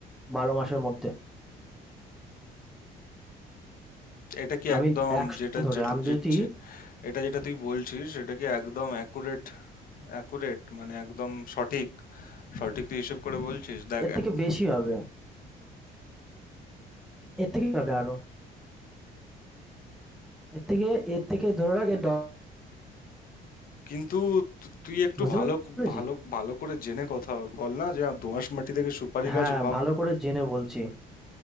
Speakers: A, in the centre; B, on the left.
A: ১২ মাসের মধ্যে।
B: এটা কি
A: আমি
B: একদম
A: ১০০
B: যেটা
A: ধরে,
B: যেটা
A: আমি
B: যে-
A: যদি
B: যে- এটা যেটা তুই বলছিস সেটা কি একদম অ্যাকুরেট অ্যাকুরেট মানে একদম সঠিক সঠিক তুই হিসেব করে বলছিস দেখ
A: এর
B: এক-
A: থেকে বেশি হবে। এর থেকে হবে আরো। এর থেকে এর থেকে ধরে রাখ এর ড
B: কিন্তু তু- তুই একটু
A: বুঝতে
B: ভালো ক-
A: পেরেছিস?
B: ভালো ভালো করে জেনে কথা বল না যে দোআঁশ মাটি থেকে সুপারি
A: হ্যাঁ,
B: গাছ হয়
A: ভালো করে জেনে বলছি।